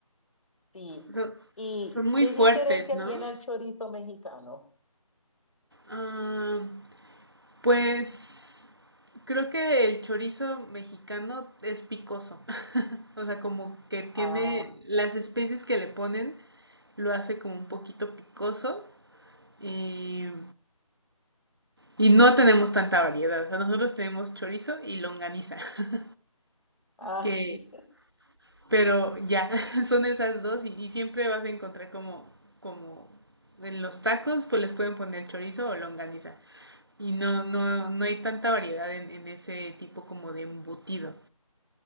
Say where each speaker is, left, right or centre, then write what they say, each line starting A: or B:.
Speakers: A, on the left; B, on the right.
A: Sí.
B: Son,
A: ¿Y
B: son muy
A: qué
B: fuertes,
A: diferencia
B: ¿no?
A: tiene el chorizo mexicano?
B: Ah, pues creo que el chorizo mexicano es picoso. <laughs> O sea, como que tiene
A: Ah,
B: las especies que le ponen, lo hace como un poquito picoso. eh, y no tenemos tanta variedad. O sea, nosotros tenemos chorizo y longaniza, <laughs>
A: ah,
B: que
A: sí,
B: Pero ya, <laughs> son esas dos y, y siempre vas a encontrar como, como en los tacos, pues les pueden poner chorizo o longaniza. Y no, no, no hay tanta variedad en, en ese tipo como de embutido.